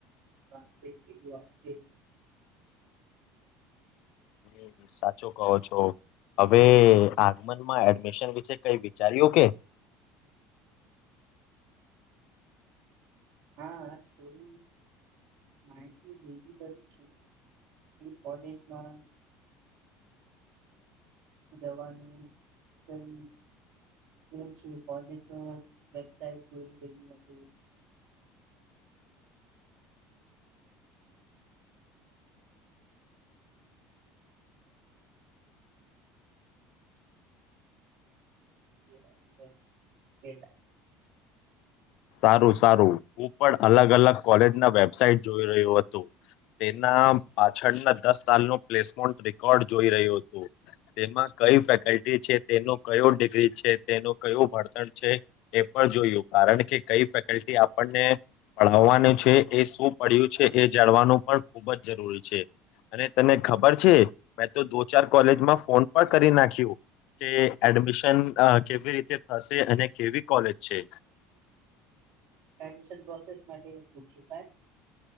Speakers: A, on the right; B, on the left.
A: <unintelligible> <inaudible> <unintelligible>
B: હ સાચો કહો છો હવે આગમનમાં એડમિશન વિશે કઈ વિચાર્યું કે?
A: હા થોડી માહિતી ભેગી કરી છું, કોલેજમાં જવાનું તેમ જોઉં છું કોલેજનો નકશાઓ જોઈ રહ્યો, <unintelligible> <unintelligible>
B: સારું સારું, હું પણ અલગ અલગ કોલેજ ના વેબસાાઈટ જોઈ રહ્યો હતો તેના પાછળના દસ સાલ નો પ્લેસમોન્ટ રેકોર્ડ જોઈ રહ્યું હતું, તેમાં કઈ ફેકલ્ટી છે તેનો કયો ડિગ્રી છે તેનું કયું ભળતણ છે, એ પણ જોયું કારણ કે કઈ ફેકલ્ટી આપણને પઢાવાનું છે એ શું પડ્યું છે એ જાણવાનું પણ ખુબ જ જરૂરી છે, અને તને ખબર છે મેં તો દો ચાર કોલેજમાં ફોન પણ કરી નાખ્યું, કે એડમિશન કેવી રીતે થશે અને કેવી કોલેજ છે.
A: એડમિશન પ્રોસેસ માટે પૂછું હા.